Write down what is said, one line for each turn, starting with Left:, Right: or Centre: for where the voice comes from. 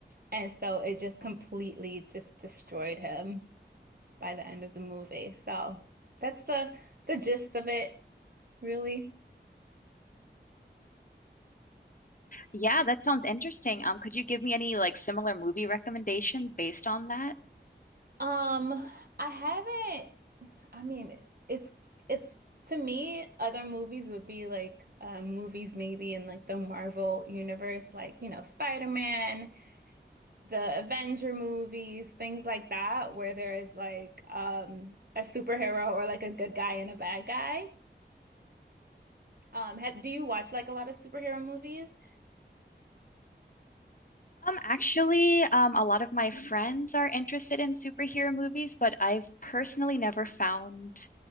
Right: And so it just completely just destroyed him by the end of the movie. So that's the the gist of it, really.
Left: Yeah, that sounds interesting. Um, could you give me any like similar movie recommendations based on that?
Right: Um, I haven't, I mean, it's it's to me, other movies would be like uh, movies maybe in like the Marvel universe, like, you know, Spider-Man, the Avenger movies, things like that, where there is like um a superhero or like a good guy and a bad guy. Um, have, do you watch like a lot of superhero movies?
Left: Um, actually, um, a lot of my friends are interested in superhero movies, but I've personally never found